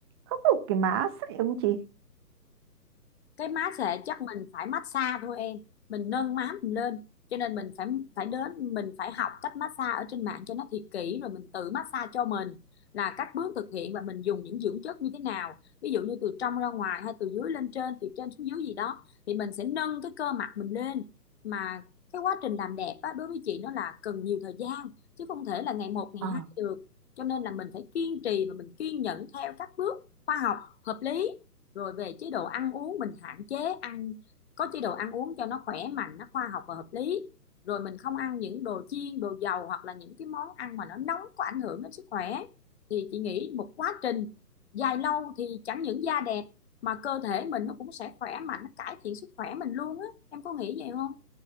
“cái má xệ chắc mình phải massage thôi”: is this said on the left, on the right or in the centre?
Left